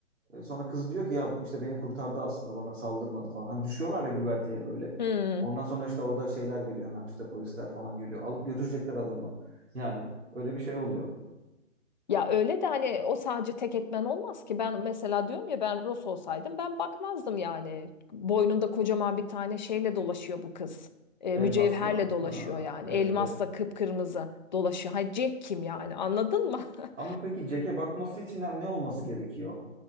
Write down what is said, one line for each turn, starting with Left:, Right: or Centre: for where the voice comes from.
Right: E, sonra kız diyor ki ya işte beni kurtardı aslında bana saldırmadı falan. Hani düşüyorlar ya güverteye böyle.
Left: Hmm.
Right: Ondan sonra işte orada şeyler geliyor hemen işte polisler falan geliyor. Alıp götürecekler adamı. Yani öyle bir şey oluyor.
Left: Ya öyle de hani o sadece tek etmen olmaz ki. Ben mesela diyorum ya ben Ross olsaydım ben bakmazdım yani. Boynunda kocaman bir tane şeyle dolaşıyor bu kız. E,
Right: Elmasla.
Left: mücevherle dolaşıyor
Right: Ha,
Left: yani.
Right: evet
Left: Elmasla
Right: evet.
Left: kıpkırmızı dolaşıyor. Ha Jack kim yani anladın mı? <laughs>
Right: Ama peki Jack'e bakması için ne olması gerekiyor?